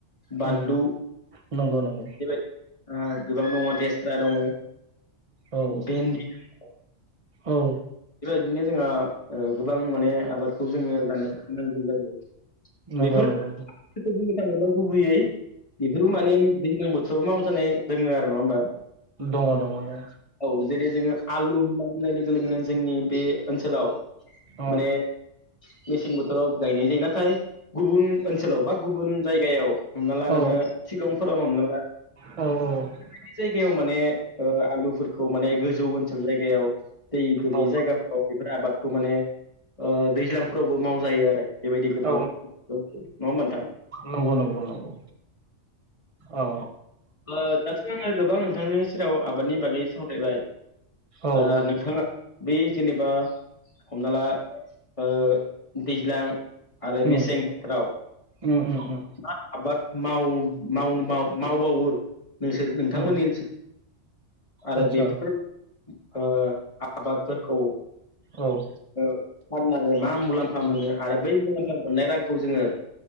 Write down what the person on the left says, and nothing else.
बानलु
उम गोबां दङ लेस्रा दङ
भेन्डि दोङो
बिदिनो जोंहा गोबां माने आबादखौ जोङो जानो थाखाय नांगौ जायो।
बेफोर
<inaudible> बुंनो थाङोब्ला गुबैयै बेफोरबो माने दैज्लां बोथोराव मावजानाय दोङो आरो नङा होमबा
औ जेरै जोङो आलु होनना बुंनाय लोगो लोगोनो जोंनि बे ओनसोलाव
माने मेसें बोथोराव गायनाय जायो नाथाय गुबुन ओनसोलाव बा गुबुन जायगायाव हमना ला
नोङो सिलंफोरावनो हमना ला
बेफोरबायदि जायगायाव माने ओ आलुफोरखौ माने गोजौ ओनसोल जायगायाव दै गोयै
जायगाफ्राव बेफोर आबादखौ माने ओ दैज्लांफोरावबो मावजायो आरो बेबायदि गोबां
नङा होमबा नोंथां
ओ दाथ' आङो गोबां नोंथांनि सेराव आबादनि बागै सावरायबाय
ओ नों बे जेनेबा हमना ला ओ दैज्लां आरो
मेसें बोथोराव
मा आबाद माव मावनो माव मावबावो नोंसोर नोंथांमोननि
ओनसोल आरो
बेफोर ओ आबादफोरखौ
ओ फाननानै मा मुलाम्फा मोनो आरो बै मुलाम्फा मोननाय रांखौ जोङो